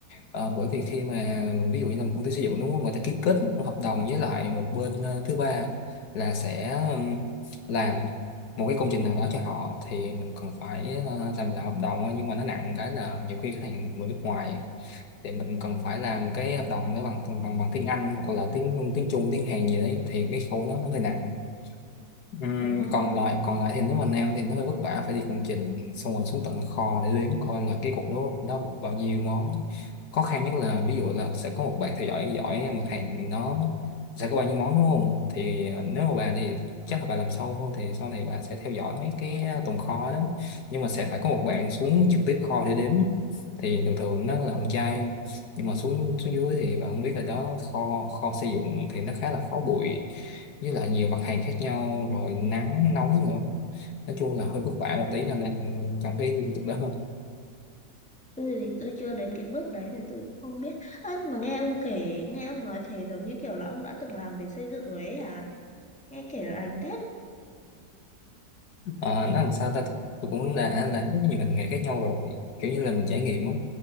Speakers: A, on the left (about 75°); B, in the centre.
A: Ờ, bởi vì khi mà ví dụ như là một công ty xây dựng đúng không người ta ký kết hợp đồng với lại một bên ờ, thứ ba là sẽ ừm, làm một cái công trình nào đó cho họ thì mình còn phải ờ, làm là hợp đồng thôi. nhưng mà nó nặng cái là nhiều khi khách hàng người nước ngoài thì mình cần phải làm cái hợp đồng nó bằng bằng bằng tiếng Anh hoặc là tiếng tiếng Trung tiếng Hàn gì đấy thì cái khâu nó nó hơi nặng Ừm,
B: <laughs> đúng rồi
A: còn lại còn lại thì nếu mà nam thì nó hơi vất vả phải đi công trình xong rồi xuống tận kho để đếm coi là cái cục đó đó bao nhiêu món khó khăn nhất là ví dụ là sẽ có một bạn theo dõi giỏi mặt hàng đó sẽ có bao nhiêu món đúng không thì ờ, nếu mà bà thì chắc là bà làm sâu hơn thì sau này bà sẽ theo dõi mấy cái ờ, tồn kho đó nhưng mà sẽ phải có một bạn xuống trực tiếp kho để đếm thì thường thường nó là con trai không nhưng mà xuống xuống dưới thì bạn cũng biết là đó kho kho xây dựng thì nó khá là khó bụi với lại nhiều mặt hàng khác nhau rồi nắng nóng nữa nói chung là hơi vất vả một tí cho nên trong cái lĩnh vực đó hơn
B: tôi thì tôi chưa đến cái bước đấy nên tôi cũng không biết Ơ nhưng mà nghe ông kể nghe ông nói thế giống như kiểu là ông đã từng làm về xây dựng rồi ấy hả nghe kể là anh thế
A: Ờ, nó làm sao ta tôi cũng đã làm rất nhiều ngành nghề khác nhau rồi kiểu như là mình trải nghiệm á